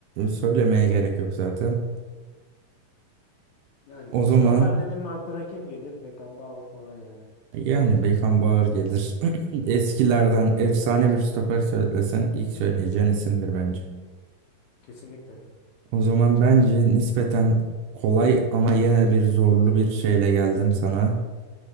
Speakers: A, on the right; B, on the left.
A: söylemeye gerek yok zaten.
B: Yani
A: O
B: stoper
A: zaman
B: dedim mi aklına kim gelir? Beckenbauer falan yani.
A: Yani Beykan Bağır gelir. <clears throat> Eskilerden efsane bir stoper söylesen ilk söyleyeceğin isimdir bence.
B: Kesinlikle.
A: O zaman bence nispeten kolay ama yine bir zorlu bir şeyle geldim sana.